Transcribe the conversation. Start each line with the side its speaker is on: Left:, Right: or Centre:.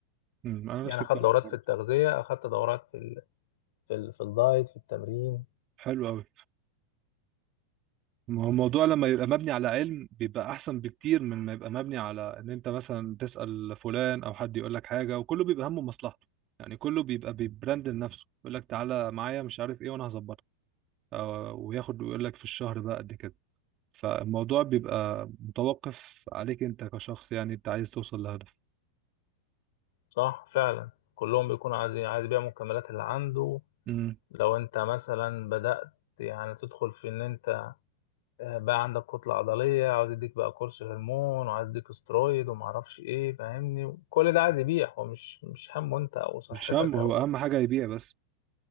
Right: امم انا
Left: يعني
Right: نفس
Left: اخدت
Right: الكلام
Left: دورات
Right: برضه
Left: في التغذية اخدت دورات في ال... في الدايت في التمرين
Right: حلو قوي ما هو الموضوع لما يبقى مبني على علم بيبقى احسن بكتير من ما يبقى مبني على ان انت مثلا تسأل فلان او حد يقول لك حاجة وكله بيبقى همه مصلحته يعني كله بيبقى بيبراند لنفسه يقول لك تعالى معايا مش عارف ايه وانا هظبطك أو- وياخد ويقول لك في الشهر بقى قد كده فالموضوع بيبقى متوقف عليك انت كشخص يعني انت عايز توصل لهدف
Left: صح فعلا كلهم بيكونوا عايزين عايز يبيع المكملات اللي عنده
Right: امم
Left: لو انت مثلا بدأت يعني تدخل في ان انت آه، بقى عندك كتلة عضلية عاوز يديك بقى كورس هرمون وعايز يديك استرويد ومعرفش ايه فاهمني كل ده عايز يبيع هو مش مش همه انت او صحتك
Right: مش هم هو
Left: او
Right: اهم حاجة يبيع بس